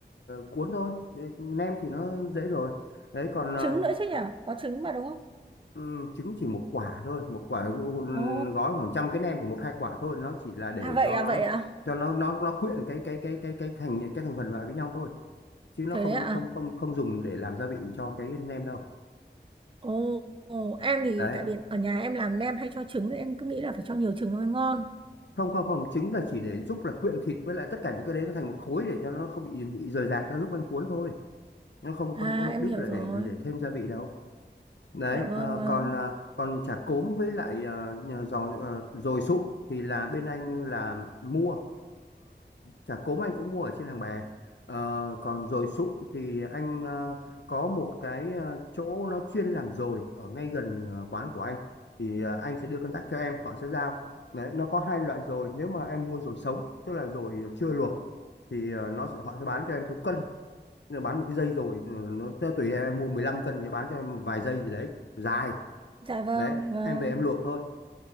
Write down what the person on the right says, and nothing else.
Trứng nữa chứ
nhỉ? Có trứng mà đúng không?
Ồ.
À vậy
à
vậy à?
Thế
à?
Ồ. Ồ, em thì
tại vì ở nhà em làm nem hay cho trứng nên em cứ nghĩ là phải cho nhiều trứng nó mới ngon.
À
em
hiểu
rồi.
Dạ vâng
vâng.
Dạ vâng,
vâng,